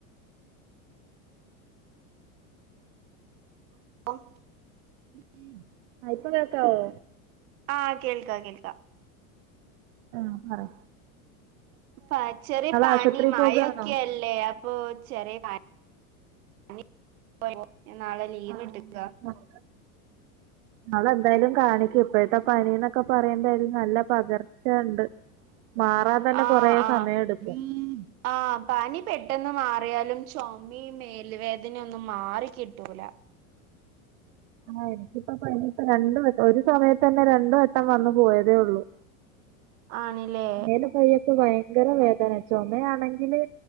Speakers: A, on the right; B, on the right.
A: അഹ് <unintelligible>
B: ഇപ്പ കേക്കാവോ
A: ആഹ് കേൾക്കാം കേൾക്കാം
B: ആഹ് ആഹ്
A: പ ചെറിയ പനി
B: ആശുപത്രി
A: മഴൊക്കെയല്
B: പോകാണോ
A: ല്ലെ അപ്പൊ ചെറിയ പനി <unintelligible> ഞാൻ നാളെ ലീവ്
B: ആഹ്
A: ഇട്ക്കാ
B: നാളെന്തായാലും കാണിക്ക് ഇപ്പഴത്തെ പനിന്നൊക്കെ പറയുമ്പെയ്ത് നല്ല പകർച്ചണ്ട് മാറാൻ തന്നെ
A: ആഹ്
B: കൊറേ
A: ആഹ്
B: സമയം എടുക്കും
A: ആഹ് പനി പെട്ടെന്ന് മാറിയാലും ചൊമിം മേൽ വേദനയൊന്നും മാറിക്കിട്ടൂല
B: ആഹ് എനിക്കിപ്പോ പനി യിപ്പോ രണ്ട് വട്ടം ഒരു സമയത്ത് തന്നെ രണ്ടും വട്ടം വന്നു പോയതേ ഉള്ളൂ
A: ആണ്ല്ലേ
B: ന്നായാലും പ്പോയോക്ക് വേം ഭയങ്കര വേദന ചൊമയാണെങ്കില്